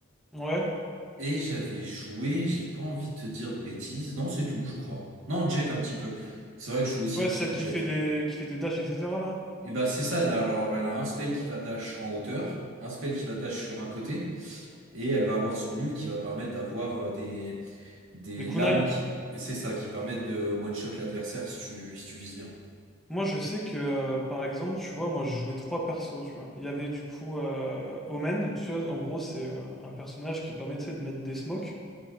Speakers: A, in the centre; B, on the right (about 65°).
A: Ouais, ouais,
B: Et j'avais joué, j'ai pas envie de te dire de bêtises. Non, c'est tout, je crois. Non, Jet un petit peu. C'est vrai que je joue aussi
A: Ouais,
B: un petit
A: celle
B: peu
A: qui
B: Jet.
A: fait des, qui fait des dashs, etc., là.
B: Et ben c'est ça, elle a- alors elle a un spell qui va dash en hauteur, un spell qui va dash sur un côté, et elle va avoir son nul qui va permettre d'avoir euh, des, des
A: Des kunai.
B: lames qui, c'est ça, qui permettent de one-shot l'adversaire si tu, si tu vises bien.
A: Moi, je sais que, euh, par exemple, tu vois, moi, je jouais trois persos, tu vois. Il y avait du coup euh, Omen, tu vois, en gros, c'est un, un personnage qui permet, tu sais, de mettre des smokes